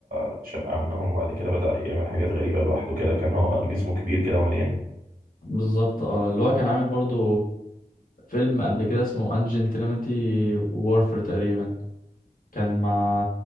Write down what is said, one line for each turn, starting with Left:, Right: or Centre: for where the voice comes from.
Right: اتشق عنهم وبعد كده بدا يعمل حاجات غريبه لوحده كده كان هو جسمه كبير كده ومليان
Left: بالظبط اه اللي هو كان عامل برضو فيلم قبل كده اسمه انجنتلمتي وورفر تقريبا كان مع